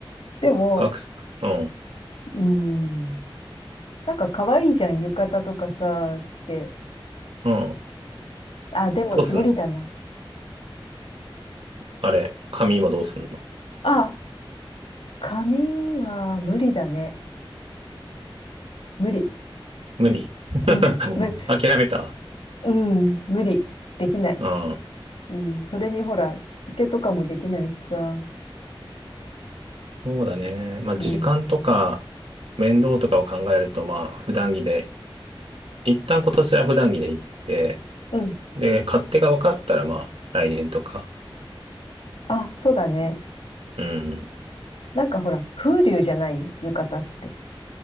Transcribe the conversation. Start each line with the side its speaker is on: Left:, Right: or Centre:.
Left: でも、
Right: 学生、うん、
Left: うーん、なんか可愛いじゃん、浴衣とかさ、着て。
Right: うん。
Left: あ、でも無理だな。
Right: どうすんのあれ、紙今どうすんの
Left: あ、髪は無理だね。無理。
Right: 無理
Left: うん、
Right: うん諦めた
Left: む、うん、無理。できない。
Right: うん。
Left: うん、それにほら、着付けとかもできないしさ。
Right: そうだね。まあ、
Left: うん、
Right: 時間とか、面倒とかを考えると、まあ、普段着で、一旦今年は普段着で行って、
Left: うん。
Right: で、勝手が分かったら、まあ、来年とか。
Left: あ、そうだね。
Right: うん。
Left: なんかほら、風流じゃない浴衣って。